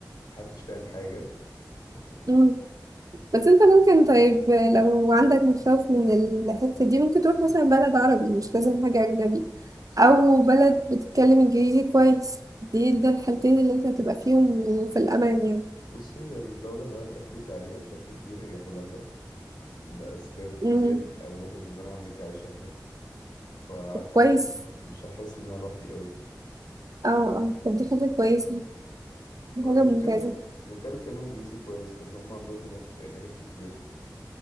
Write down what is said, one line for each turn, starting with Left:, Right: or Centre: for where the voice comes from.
Left: ومحدش فاهم حاجة <laughs>
Right: مم. بس انت ممكن طيب لو عندك مخاوف من الحتة دي ممكن تروح مثلا بلد عربي مش لازم حاجة أجنبي أو بلد بتتكلم إنجليزي كويس دي ده الحالتين اللي انت هتبقى فيهم في الأمان يعني
Left: فبصي هي الدولة اللي انا مركز عليها بشكل كبير هي هولندا لأسباب كتير
Right: مم.
Left: اولهم ان انا عمتي عايشة هناك فعارفة
Right: كويس
Left: انت مش هحس ان انا لوحدي قوي
Right: اه اه طب دي حاجة كويسة دي
Left: فغير
Right: حاجة ممتازة
Left: كده غير كده بيتكلموا انجليزي كويس لان هم عندهم هناك اجانب كتير